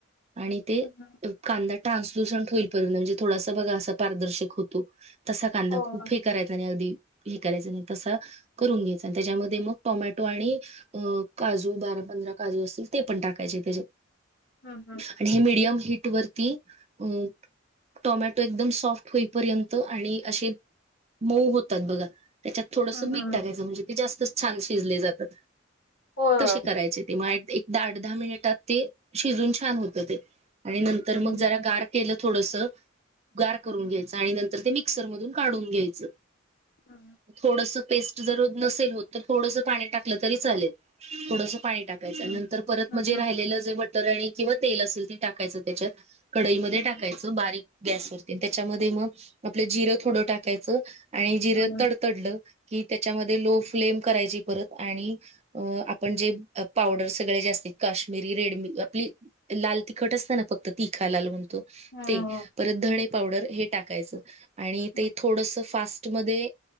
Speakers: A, on the right; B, on the left.
A: आणि ते-
B: हं, हं.
A: कांदा ट्रान्सलूसंट होईपर्यंत, म्हणजे थोडासा बघा असा पारदर्शक होतो. तसा कांदा
B: हो,
A: खूप
B: हो.
A: हे करायचा नाही. अगदी- हे करायचं नाही. तसं करून घ्यायच आणि त्याच्यामध्ये मग टोमॅटो आणि अ- काजू बारा पंधरा काजू असतील ते पण टाकायचे त्याच्यात.
B: हम्म हम्.
A: आणि हे मीडियम हीट वरती अ- टोमॅटो एकदम सॉफ्ट होईपर्यंत आणि असे मऊ होतात बघा. त्याच्यात थोडंसं
B: हं,
A: मीठ
B: हं, हं.
A: टाकायचं म्हणजे ते जास्त छान शिजले जातात.
B: होय, होय.
A: तसे करायचे ते. मग एक आठ दहा मिनिटात ते शिजून छान होतं ते. आणि नंतर
B: हं, हं.
A: मग जरा गार- केलं थोडस. गार करून घ्यायचं आणि नंतर ते मिक्सर मधून काढून घ्यायचं.
B: हं,
A: थोडस पेस्ट जर नसेल होत, तर थोडस पाणी टाकलं तरी चालेल. थोडस पाणी टाक- - कायच.
B: हं.
A: नंतर परत
B: हं,
A: म्हणजे
B: हं.
A: राहिलेलं जे बटर आणि किंवा तेल असेल ते टाकायचं त्याच्यात- कढईमध्ये
B: हं, हं.
A: टाकायचं बारीक गॅसवरती. त्याच्यामध्ये मग आपलं जिरं थोडं टाकायचं. आणि जिरे
B: हं, हं.
A: तडतडलं की त्याच्यामध्ये लो फ्लेम करायची परत आणि- अ आपण जे पावडर सगळे जे असत काश्मीरी रेडमी आपली- लाल तिखट असत ना फक्त तिखा लाल म्हणतो.
B: हं,
A: ते
B: हं,
A: परत धणे पावडर हे टाकायचं. आणि
B: हं.
A: ते थोडस फास्- मधे